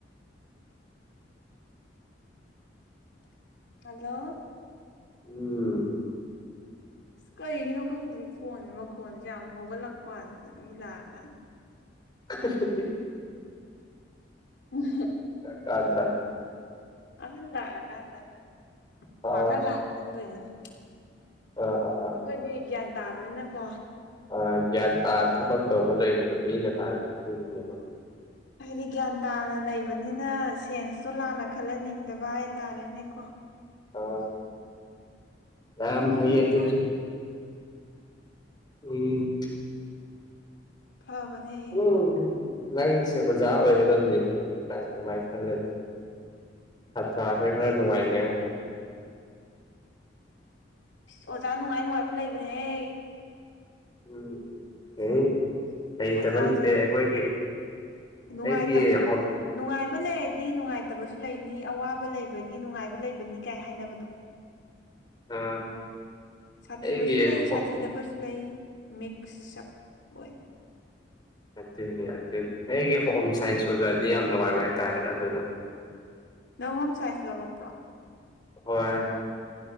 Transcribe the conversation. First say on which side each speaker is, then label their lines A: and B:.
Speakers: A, on the left; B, on the left.
A: ꯍꯂꯣ
B: ꯎꯝ
A: ꯑꯁ ꯀꯩꯒꯤꯅꯣ ꯈꯪꯗꯦ ꯐꯣꯟꯁꯦ ꯃꯈꯣꯟꯁꯦ ꯌꯥꯝ ꯍꯧꯒꯠꯂꯛꯄ ꯀꯥꯟꯗ ꯃꯤ ꯂꯥꯛꯑꯀꯥꯟꯗ
B: <unintelligible>
A: ꯎꯝ
B: ꯗ꯭ꯔꯥ
A: ꯑꯍꯟ ꯂꯥꯛꯑꯀꯥꯟꯗꯅꯦ ꯋꯥ
B: ꯑꯥ
A: ꯈꯔ ꯂꯥꯛꯑ ꯆꯟꯗꯣꯏꯅꯤꯅꯦ
B: ꯑꯣ ꯑꯣ ꯑꯣ
A: ꯑꯩꯈꯣꯏꯗꯤ ꯒ꯭ꯌꯥꯟ ꯇꯥꯕꯅꯤꯅꯀꯣ
B: ꯑ ꯒ꯭ꯌꯥꯟ ꯇꯥ ꯊꯕꯛ ꯇꯧꯕ ꯂꯩꯕꯗꯣ ꯃꯤꯅ ꯂꯥꯟ ꯈꯪꯅꯤꯡꯕꯕꯣ
A: ꯍꯥꯏꯗꯤ ꯒ꯭ꯌꯥꯟ ꯇꯥꯅ ꯂꯩꯕꯅꯤꯅ ꯁꯦꯟꯁꯇꯣ ꯂꯥꯟꯅ ꯈꯜꯍꯟꯅꯤꯡꯗꯕ ꯍꯥꯏꯇꯥꯔꯦꯅꯦꯀꯣ
B: ꯑ ꯌꯥꯝꯝ
A: ꯑꯗꯨꯅꯤꯗ
B: ꯐ ꯑꯗꯨ ꯎꯝ
A: ꯐꯕꯅꯦ
B: ꯎ ꯅꯪꯁꯦ ꯑꯣꯖꯥ ꯑꯣꯏꯒꯗꯕꯅꯤꯅꯦ ꯅꯪ ꯑꯗꯨꯃꯥꯏꯅ ꯈꯜꯂꯗꯤ ꯍꯠꯁ ꯑꯈꯣꯏ ꯈꯔ
A: ꯀꯩꯒꯤ
B: ꯅꯨꯡꯉꯥꯏꯅꯦ
A: ꯑꯁ ꯑꯣꯖꯥ ꯅꯨꯡꯉꯥꯏ ꯅꯨꯡꯉꯥꯏꯕ ꯂꯩꯕꯅꯦꯍꯦ
B: ꯎꯝ ꯎ ꯍ ꯂꯩꯇꯕ
A: ꯑꯣꯖꯥꯁꯦ
B: ꯅꯠꯇꯦ ꯑꯩꯈꯣꯏꯒꯤ
A: ꯅꯨꯡꯉꯥꯏꯇꯕꯁꯨ
B: ꯑꯩꯒꯤ ꯍꯣꯝ
A: ꯅꯨꯡꯉꯥꯏꯕ ꯂꯩꯔꯗꯤ ꯅꯨꯡꯉꯥꯏꯇꯕꯁꯨ ꯂꯩꯅꯤ ꯑꯋꯥꯕ ꯂꯩꯕꯒꯤ ꯅꯨꯡꯉꯥꯏꯕ ꯂꯩꯕꯅꯤ ꯀꯥꯏ ꯍꯥꯏꯅꯕꯗꯣ
B: ꯑꯥ
A: ꯁꯥꯊꯤꯕꯁꯨ
B: ꯑꯩꯒꯤ
A: ꯂꯩ
B: ꯍꯣꯝ
A: ꯁꯥꯊꯤꯗꯕꯁꯨ ꯂꯩ ꯃꯤꯛꯁꯑꯞ ꯑꯣꯏ
B: ꯑꯗꯨꯅꯤ ꯑꯗꯨꯅꯤ ꯑꯩꯒꯤ ꯍꯣꯝ ꯁꯥꯏꯟꯁ ꯑꯣꯖꯥꯗꯤ ꯌꯥꯝ ꯅꯨꯡꯉꯥꯏꯕ ꯍꯥꯏꯇꯥꯔꯦ ꯑꯗꯨꯅ
A: ꯅꯪ ꯍꯣꯝ ꯁꯥꯏꯖ ꯂꯧꯔꯛꯄ꯭ꯔꯣ
B: ꯍꯣꯏ